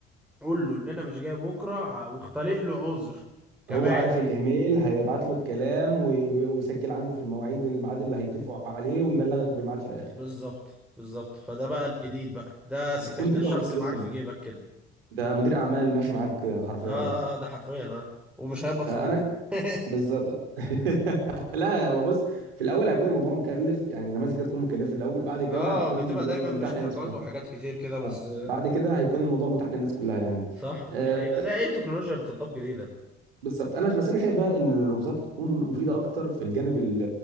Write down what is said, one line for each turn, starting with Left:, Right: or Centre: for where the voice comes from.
Centre: قول له ان انا مش جاي بكره واختلق له عذر كمان
Right: هو عارف الايميل هيبعت له الكلام وي- ويسجل عنده في المواعيد الميعاد اللي هيتفقوا عليه ويبلغك بالميعاد في الاخر
Centre: بالظبط بالظبط فده بقى الجديد بقى ده سكرتير
Right: هتكون فكره
Centre: شخصي
Right: مريحه جدا
Centre: معاك في جيبك كده
Right: ده مدير اعمال ماشي معاك كده حرفيا
Centre: اه آه، ده حرفيا اه ومش هيقبض
Right: فانا
Centre: فلوس <laughs>
Right: بالظبط <laughs> لا هو بص في الاول هيكون الموضوع مكلف يعني النماذج دي هتكون مكلفه في الاول بعد كده
Centre: اه
Right: هتكون
Centre: بتبقى
Right: الموضوع
Centre: دايما باشتراكات
Right: متاح للناس كلها
Centre: وحاجات كتير كده بس
Right: اه بعد كده هيكون الموضوع متاح للناس كلها يعني
Centre: صح ده
Right: آه،
Centre: حقيقة زي اي تكنولوجيا بتضاف جديدة
Right: بالظبط انا بس انا شايف بقى ان الروبوتات تكون مفيده اكتر في الجانب ال-